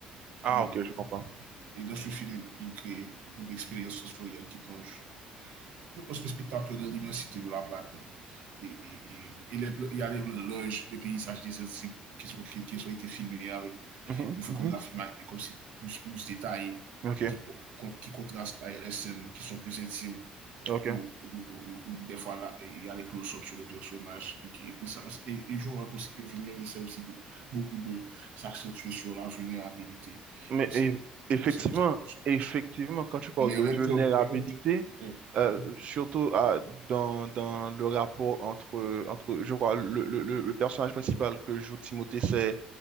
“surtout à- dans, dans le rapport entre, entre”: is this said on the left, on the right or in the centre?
Right